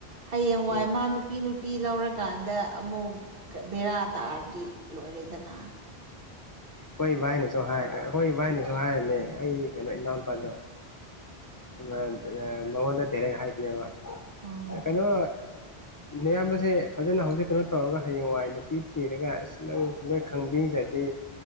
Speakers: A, on the right; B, on the left.
A: ꯍꯌꯦꯡꯋꯥꯏ
B: ꯎꯝ
A: ꯃꯥ ꯅꯨꯄꯤ ꯅꯨ ꯄꯤ ꯂꯧꯔꯀꯥꯟꯗ ꯑꯃꯨꯛ ꯕꯦꯔꯥ ꯇꯥꯔꯗꯤ ꯂꯣꯏꯔꯦꯗꯅ
B: ꯍꯣꯏ ꯚꯥꯏꯅꯁꯨ ꯍꯥꯏ ꯍꯣꯏ ꯚꯥꯏꯅꯁꯨ ꯍꯥꯏꯔꯅꯦ ꯑꯩ ꯀꯩꯅꯣ
A: ꯑꯥ
B: ꯏꯟꯅꯥꯎ ꯅꯨꯄꯥꯜꯗꯣ ꯑ ꯃꯉꯣꯟꯗ ꯗꯥꯏꯔꯦꯛ ꯍꯥꯏꯕꯅꯦꯕ
A: ꯑꯥ
B: ꯀꯩꯅꯣ ꯑꯌꯥꯝꯕꯁꯦ ꯐꯖꯅ ꯍꯧꯖꯤꯛ ꯀꯩꯅꯣ ꯇꯧꯔꯒ ꯍꯌꯦꯡꯋꯥꯏ ꯅꯨꯄꯤ ꯊꯤꯔꯒ ꯑꯁ ꯅꯪ ꯂꯣꯏ ꯈꯪꯕꯤ ꯁꯤꯗꯗꯤ